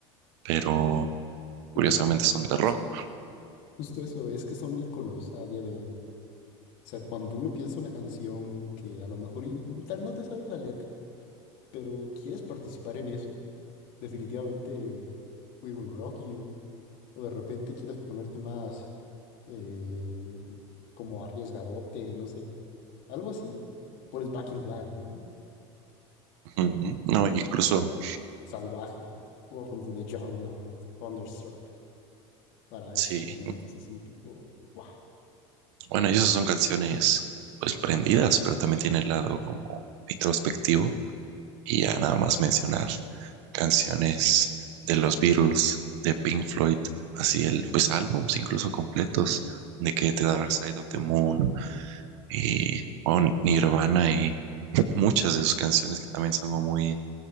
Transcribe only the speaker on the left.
De
hecho,
justo
eso. Justo eso, es que son íconos a día de hoy. O sea, cuando uno piensa una canción que a lo mejor y- tal no te sabes la letra, pero quieres participar en eso, definitivamente We Will Rock You, o de repente quieres ponerte más eh, como arriesgadote, no sé, algo así, pones Back in Black, ¿no?
Más salvaje, Welcome to the Jungle, Thunderstruck, para
estos momentos así tipo, wow,